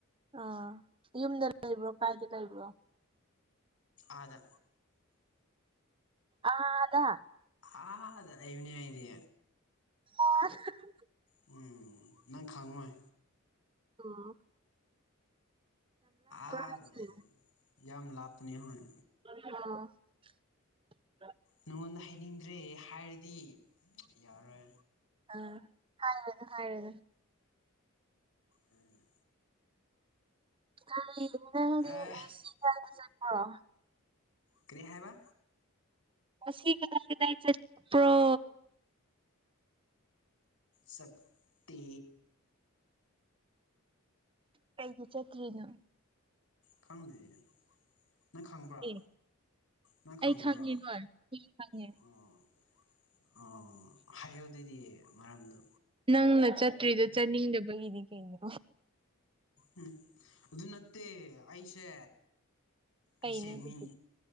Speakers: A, on the right; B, on the left.
A: ꯑꯥ ꯌꯨꯝꯗ ꯂꯩꯕ꯭ꯔꯣ ꯀꯥꯏꯗ ꯂꯩꯕ꯭ꯔꯣ
B: ꯑꯥꯗ
A: ꯑꯥꯗ
B: ꯑꯥꯗ ꯂꯩꯕꯅꯦ ꯑꯩꯗꯤ
A: <inaudible>
B: ꯎꯝ ꯅꯪ ꯈꯪꯉꯣꯏ
A: ꯎꯝ
B: ꯑꯥꯗ
A: ꯍꯥꯏꯁꯦ
B: ꯂꯩꯕꯅꯦ ꯌꯥꯝ ꯂꯥꯄꯅꯤ ꯍꯣꯏ
A: ꯑꯣ
B: ꯅꯪꯉꯣꯟꯗ ꯍꯥꯏꯅꯤꯡꯗ꯭ꯔꯦ ꯍꯥꯏꯔꯗꯤ ꯌꯥꯔꯣꯏ
A: ꯑ ꯍꯥꯏꯔꯨꯅꯨ ꯍꯥꯏꯔꯨꯅꯨ
B: ꯎꯝ
A: ꯀꯔꯤ ꯅꯪꯗꯤ
B: ꯑꯦ
A: ꯉꯁꯤ ꯀꯥꯏꯗ ꯆꯠꯄꯔꯣ
B: ꯀ꯭ꯔꯤ ꯍꯥꯏꯕ
A: ꯉꯁꯤ ꯀꯗꯥꯏ ꯀꯗꯥꯏ ꯆꯠꯄ꯭ꯔꯣ
B: ꯆꯠꯇꯦ
A: ꯀꯩꯒꯤ ꯆꯠꯇ꯭ꯔꯤꯅꯣ
B: ꯈꯪꯗꯤꯌꯦ ꯅꯪ ꯈꯪꯕ꯭ꯔꯥ
A: ꯑꯦ
B: ꯅꯪ ꯈꯪꯕ꯭ꯔꯥ
A: ꯑꯩ ꯈꯪꯉꯦ ꯍꯣꯏ ꯑꯩ ꯈꯪꯉꯦ
B: ꯑꯣ ꯑꯣ ꯍꯥꯏꯌꯣ ꯑꯗꯨꯗꯤ ꯃꯔꯝꯗꯣ
A: ꯅꯪꯅ ꯆꯠꯇ꯭ꯔꯤꯗꯣ ꯆꯠꯅꯤꯡꯗꯕꯒꯤꯅꯤ ꯀꯩꯩꯅꯣ
B: ꯎꯝ ꯑꯗꯨ ꯅꯠꯇꯦ ꯑꯩꯁꯦ
A: ꯀꯩꯅꯣ
B: ꯑꯩꯁꯦ
A: ꯑꯗꯨꯗꯤ
B: ꯃꯤ